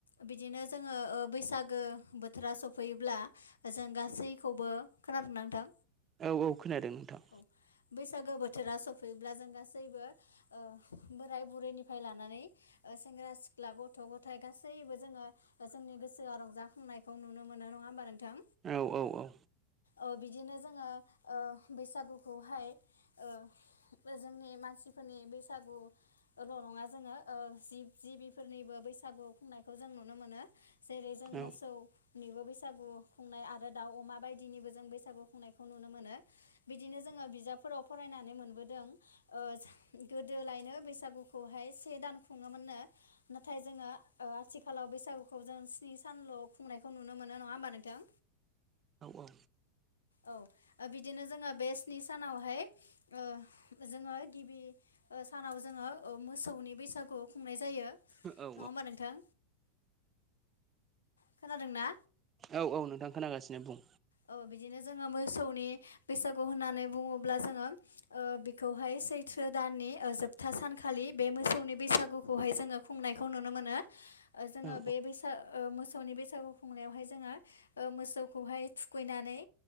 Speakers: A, on the left; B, on the right.
A: बिदिनो जों जोङो ओ बैसागो बोथोरा सफैयोब्ला जों गासैखौबो खोनादोंनां नोथां?
B: औ औ खोनादों नोंथां
A: औ बेैसागो बोथोरा सब फैब्ला जों गासैबो ओ बोराय बुरैनिफ्राय लानानै ओ सेंग्रा सिख्ला गथ' गथ' गथाय गासैबो जोङो जोंनि गोसोआ रंजाखांनायखौ नुनो मोनो नङा होमबा नोंथां?
B: औ औ औ।
A: औ बिदिनो जोङो ओ बैसागुखौहाय ओ जोंनि मानसिफोरनि बैसागुल' नङा जोङो जिब जिबिफोरनिबो बैसागु खुंनायखौ जों नुनो मोनो जेरै जों
B: औ
A: मोसौ निबो बैसागु खुंनाय आरो दाउ, अमा बायदिनिबो जों बैसागु खुंनायखौ नुनो मोनो बिदिनो जोङो बिजाबफोराव फरायनानै मोनबोदों ओ गोदोलायनो बैसागुखौहाय से दान खुङोमोननो नाथाय जोङो ओ आथिखालाव बैसागु खौ जों स्नि सानल' खुंनायखौ नुनो मोनो नङा होमबा नोंथां
B: औ
A: औ ओ बिदिनो जोङो बे स्नि सानावहाय ओ जोङो गिबि ओ सानाव जोङो ओ मोसौनि बैसागु खुंनाय जायो
B: औ
A: नङाहोनबा नोंथां खोनादोंना
B: औ - औ नोंथां खोनागासिनो बुं
A: औ बिदिनो जोङो मोसौनि बैसागु होननानै बुङोब्ला जोङो ओ बिखौहाय सैथ्रो दाननि जोबथा सानखालि बे मोसौनि बैसागुखौहाय जोङो खुंनायखौ नुनो मोनो ओ जोङो
B: औ
A: बे बैसाग ओ मोसौनि बैसागु खुंनायावहाय जोङो ओ मोसौखौहाय थुखैनानै